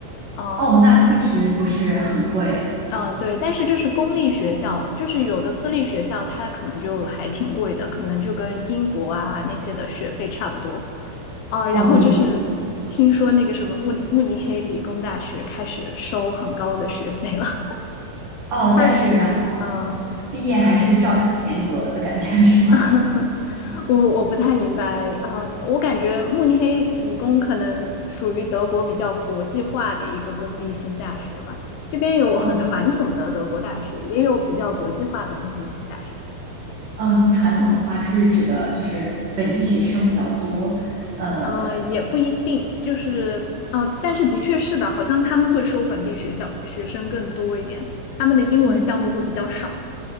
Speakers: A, on the left; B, on the right.
A: 呃，
B: 哦，那确实不是很贵
A: 嗯，对，但是这是公立学校，就是有的私立学校它可能就还挺贵的，可能就跟英国啊那些的学费差不多。啊，然后就是听说那个什么慕尼慕尼黑理工大学开始收很高的学费了。
B: 哦明
A: <laughs>
B: 哦，
A: 它是，
B: 但是然后
A: 嗯，
B: 毕业还是照样的严格的感觉是吗？
A: <laughs> 我我不太明白啊，我感觉慕尼黑理工可能属于德国比较国际化的一个公立性大学吧。这边有很传统的德国大学，
B: 哦。
A: 也有比较国际化的公立大学。
B: 嗯、呃传统的话是指的就是本地学生比较多。呃，
A: 呃，也不一定，就是呃，但是的确是的，好像他们会收本地学校学生更多一点，他们的英文项目会比较少。
B: 嗯，